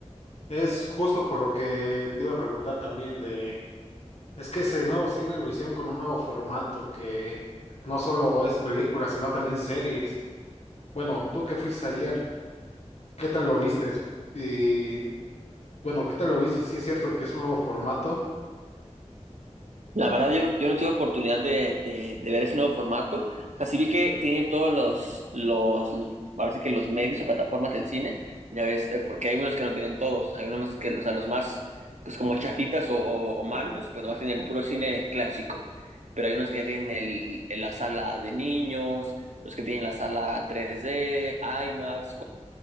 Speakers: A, on the left; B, on the right.
A: Es justo por lo que te iba a preguntar también de, es que ese nuevo cine lo hicieron con un nuevo formato que no solo es películas, sino también series. Bueno, tú que fuiste ayer, ¿qué tal lo viste? Y bueno, ¿qué tal lo viste? ¿Sí es cierto que es un nuevo formato?
B: La verdad, yo no, yo no tuve oportunidad de, de, de ver ese nuevo formato. O sea, sí vi que tienen todos los, los, ahora sí que los medios o plataformas del cine, ya ves, eh, porque hay unos que no tienen todos. Hay unos más que, o sea, los más, pues como chafitas o, o, o malos, pues nomás tienen el puro cine clásico. Pero hay unos que ya tienen el, el- la sala de niños, los que tienen la sala 3D, IMAX,